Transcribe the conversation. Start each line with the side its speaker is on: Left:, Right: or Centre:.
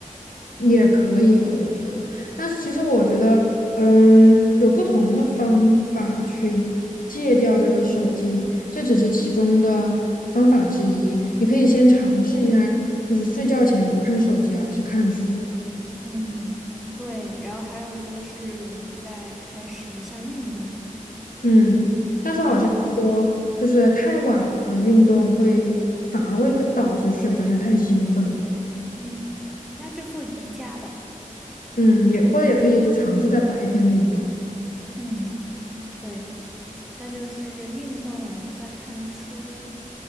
Left: 也可以的，我觉得。但是其实我觉得，嗯，有不同的方法去戒掉这个手机，这只是其中的方法之一。你可以先尝试一下，就是睡觉前不看手机，而是看书。
Centre: 嗯，对。然后还有就是再开始一项运动，
Left: 嗯，但是好像说，
Centre: 把它，
Left: 就是太晚了运动会反而会更导致睡不着，因为太兴奋了。
Centre: 嗯，那就做瑜伽吧。
Left: 嗯，也或者也可以就尝试在白天运动。
Centre: 嗯，对，那就是运动加看书。